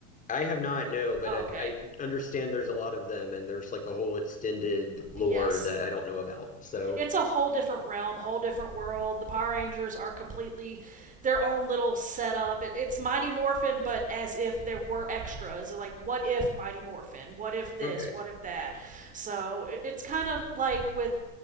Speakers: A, on the left; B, on the right.
A: I have not, no, but
B: Oh,
A: I,
B: okay.
A: I understand there's a lot of them and there's like a whole extended lore
B: Yes.
A: that I don't know about. So,
B: It's a whole different realm, whole different world. The Power Rangers are completely their own little setup. It, it's Mighty Morphin, but as if there were extras. Like, what if Mighty Morphin? What if this?
A: okay.
B: What if that? So it, it's kind of like with